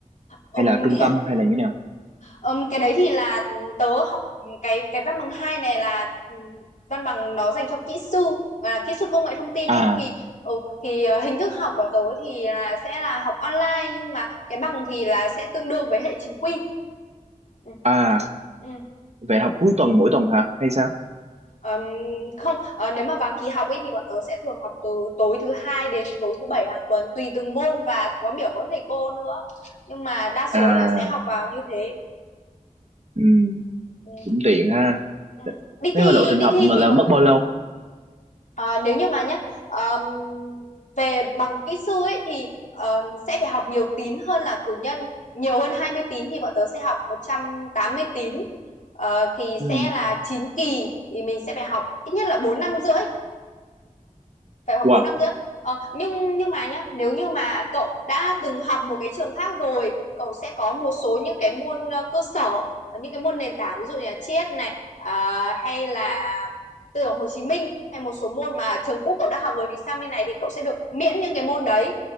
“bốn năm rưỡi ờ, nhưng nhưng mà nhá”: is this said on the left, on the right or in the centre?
Left